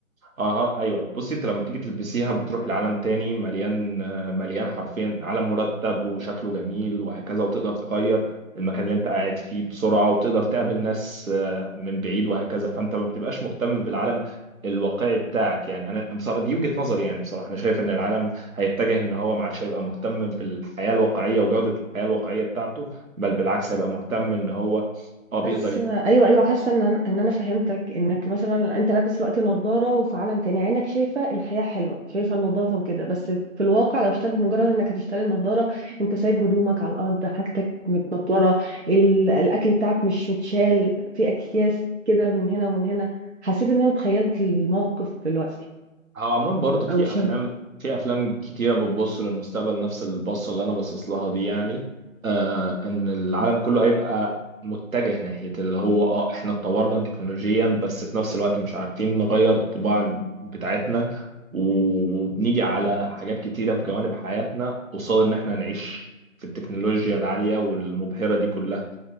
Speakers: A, on the right; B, on the right.
A: اها ايوه بصي انت لما بتيجي تلبسيها بتروح لعالم تاني مليان آه، مليان حرفيا عالم مرتب وشكله جميل وهكذا وتقدر تغير المكان اللي انت قاعد فيه بسرعه وتقدر تقابل ناس آه، من بعيد وهكذا فانت ما بتبقاش مهتم بالعالم الواقعي بتاعك يعني انا بصراحه دي وجهه نظري يعني بصراحه انا شايف ان العالم هيتجه ان هو ما عادش هيبقى مهتم بالحياه الواقعيه وجوده الحياه الواقعيه بتاعته بل بالعكس هيبقى مهتم ان هو اه بيقدر
B: حاسه ايوه ايوه حاسه ان انا ان انا فهمتك انك مثلا انت لابس دلوقتي نظاره وفي عالم تاني عينك شايفه الحياه حلوه شايفه النظافه وكده بس في الواقع لو اشتغلت مجرد انك هتشتري النظاره انت سايب هدومك على الارض حاجتك متنطوره ال- الاكل بتاعك مش متشال في اكياس كده من هنا ومن هنا حسيت ان انا تخيلت الموقف دلوقتي
A: هو عموما برضه في
B: او مش
A: افلام
B: عارفة.
A: في افلام كتيره بتبص للمستقبل نفس البصه اللي انا باصص لها دي يعني آه آه، ان العالم كله هيبقى متجه ناحيه اللي هو اه احنا اتطورنا تكنولوجيا بس في نفس الوقت مش عارفين نغير الطباع بتاعتنا وبنيجي على حاجات كتيره في جوانب حياتنا قصاد ان احنا نعيش في التكنولوجيا العاليه والمبهره دي كلها